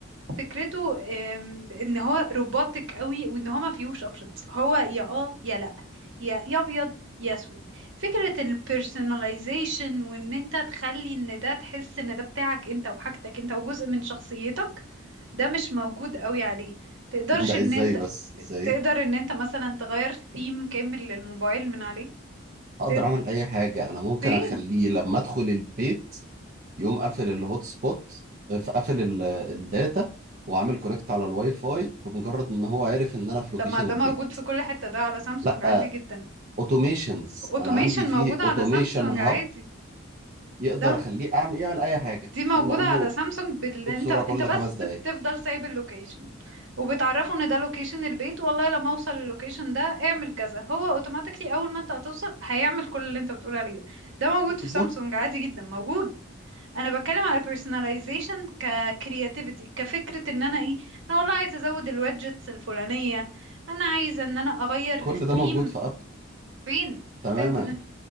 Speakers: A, on the right; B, on the right.
A: فكرته آم، ان هو روبوتك قوي وان هو ما فيهوش اوبشنز هو يا اه يا لا يا يا ابيض يا اسود فكرة البيرسوناليزيشن وان انت تخلي ان ده تحس ان ده بتاعك انت وحاجتك انت وجزء من شخصيتك ده مش موجود قوي عليه تقدرش
B: <laughs> ده
A: ان
B: ازاي
A: انت
B: بس ازاي
A: تقدر ان انت مثلا تغير ثيم كامل للموبايل من عليه
B: اقدر
A: تد...
B: اعمل اي حاجه انا ممكن
A: فين
B: اخليه لما ادخل البيت يقوم قافل الهوت سبوت قافل ال- الداتا وعامل كونكت على الواي فاي بمجرد ان هو عارف ان انا في لوكيشن
A: طب ما ده
B: البيت
A: موجود في كل حتة ده على سامسونج
B: لا
A: عادي جدا
B: اوتوميشنز
A: اوتوميشن
B: انا عندي فيه
A: موجود على
B: اوتوميشن
A: سامسونج
B: هاب
A: عادي
B: يقدر
A: ده
B: اخليه اعمل يعمل اي حاجه
A: دي
B: ان
A: موجودة
B: شاء الله اقول
A: على
B: له
A: سامسونج بال...
B: خد
A: انت
B: صوره
A: انت
B: كل
A: بس
B: خمس دقائق
A: بتفضل سايب اللوكيشن وبتعرفه ان ده لوكيشن البيت والله لما اوصل اللوكيشن ده اعمل كذا هو اوتوماتيكلي اول ما انت هتوصل هيعمل كل اللي انت بتقول عليه ده ده موجود في
B: بالظبط
A: سامسونج عادي جدا موجود انا بتكلم على personalization ككرياتيفيتي كفكرة ان انا ايه انا والله عايزة ازود الوادجتس الفلانية انا عايزة ان انا اغير
B: كل
A: الثيم
B: ده موجود في ابل
A: فين
B: تماما
A: تد...